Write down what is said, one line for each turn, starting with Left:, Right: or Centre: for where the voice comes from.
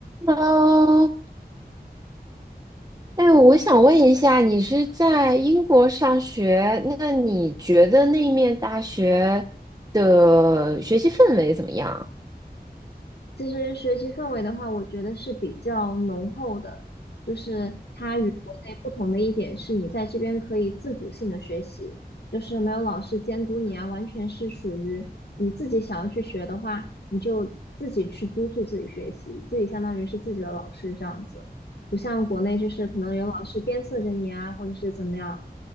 Right: 喽，哎，我想问一下，你是在英国上学，那你觉得那面大学的学习氛围怎么样？
Left: 其实学习氛围的话，我觉得是比较浓厚的，就是它与国内不同的一点是，你在这边可以自主性的学习，就是没有老师监督你啊，完全是属于你自己想要去学的话，你就自己去督促自己学习，自己相当于是自己的老师这样子，不像国内就是可能有老师鞭策着你啊，或者是怎么样